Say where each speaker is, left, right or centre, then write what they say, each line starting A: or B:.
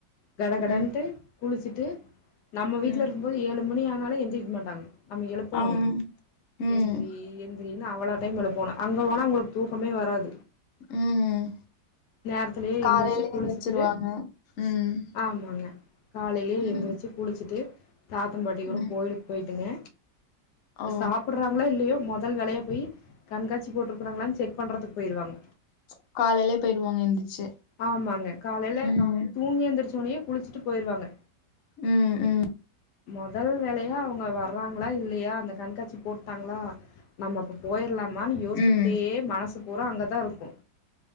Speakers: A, on the left; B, on the left.
A: கட
B: ம்.
A: கடன்ட்டு குளிச்சுட்டு நம்ம வீட்ல
B: ம்.
A: இருக்குபோது ஏழு மணி ஆனாலு எந்திரிக்க மாட்டாங்க நம்ம எழுப்போனுங்க
B: ஆம். ம்.
A: எந்திரி எந்திரினு அவ்ளோ டைம் எழுப்போனு அங்க போனா உங்களுக் தூக்கமே வராது
B: ம்
A: நேர்த்திலயே எந்திரிச்சு
B: காலையில
A: குளிச்சுட்டு
B: எந்திரிச்சிருவாங்க. ம்.
A: ஆமாங்க காலைலயே
B: ம்.
A: எந்திரிச்சு குளிச்சுட்டு தாத்தம்பாட்டி கூட
B: ம்.
A: கோயிலுக்கு போய்ட்டுங்க
B: ஓ!
A: சாப்புட்றாங்களோ இல்லியோ மொ தல் வேலையா போயி கண்காட்சி போட்டுருக்றாங்காளான் செக் பண்றதுக் போயிருவாங்
B: ச் காலைலே போய்டுவாங்க எந்துச்சு
A: ஆமாங்க காலைல
B: ம் ஆ
A: தூங்கி எந்திரிச்சோனயே குளிச்சுட்டு போயிருவாங்க
B: ம் ம்
A: மொதல் வேலையா அவங்க வர்றாங்ளா இல்லயா அந்த கண்காட்சி போட்டாங்ளா நம்பப்போ போய்ர்லாமான் யோஸ்ச்க்கிட்டே
B: ம்.
A: மனசு பூறா அங்கதா இருக்கு